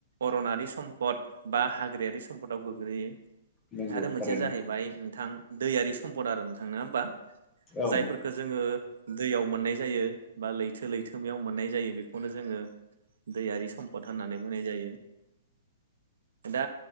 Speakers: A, on the right (about 75°); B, on the left (about 15°).
A: अरनारि सम्पद बा हाग्रायारि सम्पदाव गोग्लैयो।
B: नंगौ
A: आरो मोनसेया
B: थारैनो
A: जाहैबाय नोंथां दैयारि सम्पद आरो नोंथां नोङा होमबा
B: औ
A: जायफोर जोङो दैयाव मोननाय जायो बा लैथो लैथोमायाव मोननाय जायो बेखौनो जोङो दैयारि सम्पद होननानै बुंनाय जायो। दा